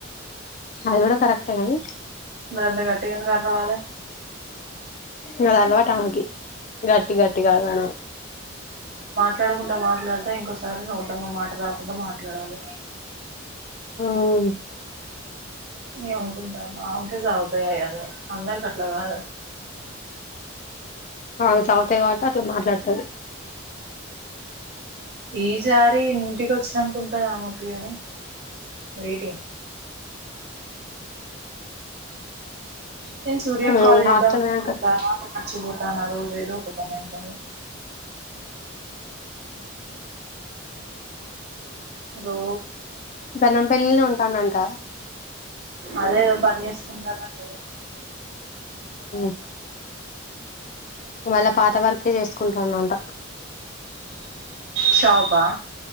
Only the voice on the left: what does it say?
అది కూడా కరెక్టే గాని
అది అలవాటు ఆమెకి గట్టి గట్టిగా అరవడం
హ్మ్
ఆ సాగుతాయి కాబట్టి అట్లా మాట్లాతది
మ్మ్
హాస్టల్ పోయినంక
గంధం పెళ్ల్నె ఉంటాడట
ఉమ్ వాళ్ల పాత వర్కె చేసుకుంటాడంట